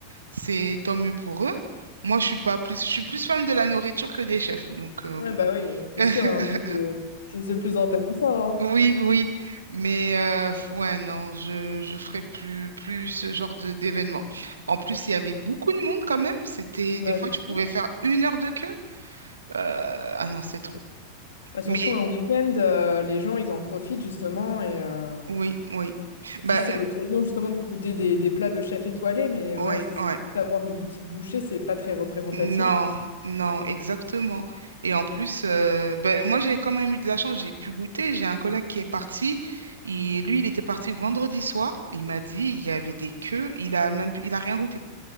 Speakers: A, on the right (about 75°); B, on the left (about 65°).
A: c'est tant mieux pour eux. Moi, je suis pas plus, je suis plus fan de la nourriture que des chefs. Donc, euh,
B: Ouais,
A: bon.
B: bah oui, euh, c'est
A: <laughs>
B: sûr, hein, non, c'est c'est- c'est le plus intéressant.
A: Oui,
B: hein.
A: oui, mais euh, f- ouais, non, je je ferai plus plus ce genre de d'événement. En plus, il y avait beaucoup de monde quand même. C'était
B: Bah,
A: des fois,
B: je me
A: tu
B: doute.
A: pouvais faire une heure de queue. Euh, ah non, c'est trop.
B: Bah, surtout
A: Mais
B: un week-end, euh, les gens, ils en profitent justement et euh,
A: oui, oui,
B: ils
A: bah
B: disent, c'est
A: euh,
B: l'occasion justement de goûter des, des plats de chef étoilé, mais euh,
A: oui,
B: ouais, si c'est
A: ouais.
B: juste avoir une petite bouchée, c'est pas très représentatif,
A: Non,
B: quoi.
A: non, exactement. Et en plus, euh, bah, moi, j'ai quand même eu de la chance. J'ai pu goûter. J'ai un collègue qui est parti. Il, lui, il était parti vendredi soir. Il m'a dit, il y avait des queues. Il a même, pu- il a rien goûté.